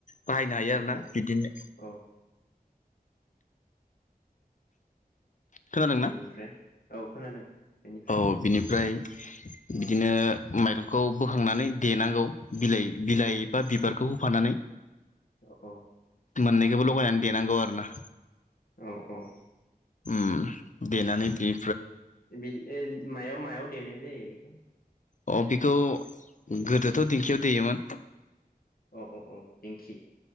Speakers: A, on the left; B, on the left.
A: बाहायनो हायो
B: औ
A: आरोना
B: औ
A: बिदिनो
B: औ
A: खोनादोंना
B: बेनिफ्राय औ खोनादों बेनिफ्राय
A: औ बिनिफ्राय बिदिनो माइरंखौ बोखांनानै देनांगौ बिलाइ-बिलाइ बा बिबारखौ होफानानै
B: औ औ
A: मोननैखो लगायनानै देनांगौ आरो ना
B: औ औ
A: उ देनानै बे
B: बिदि मायाव मायाव देनाय जायो बेखौ
A: अ बेखौ गोदोथ' दिंखियाव देयोमोन
B: औ औ औ दिंखि